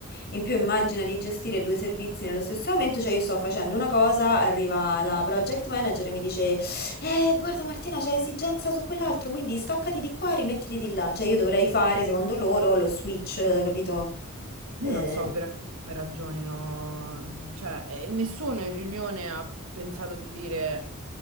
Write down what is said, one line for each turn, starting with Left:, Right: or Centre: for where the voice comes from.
Left: In più immagina di gestire due servizi nello stesso momento, cioè io sto facendo una cosa, arriva la project manager e mi dice, eh, guarda Martina, c'è esigenza su quell'altro, quindi staccati di qua, rimettiti di là. Cioè io dovrei fare, secondo loro, lo switch, capito? Eh,
Right: Io non so veramente come ragionino, mm, cioè, eh, nessuno in riunione ha pensato di dire